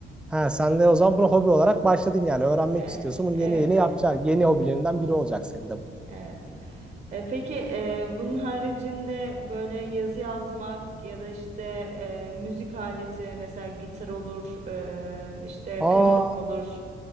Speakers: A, in the centre; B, on the right (about 35°).
A: Ha, sen de o zaman bunu hobi olarak başladın yani. Öğrenmek
B: E,
A: istiyorsun.
B: evet
A: Bunu yeni yeni yapacaksın. Yeni hobilerinden biri olacak senin de bu.
B: evet. E, peki e, bunun haricinde böyle yazı yazmak ya da işte e, müzik aleti mesela gitar olur e, işte
A: Aa
B: piyano olur.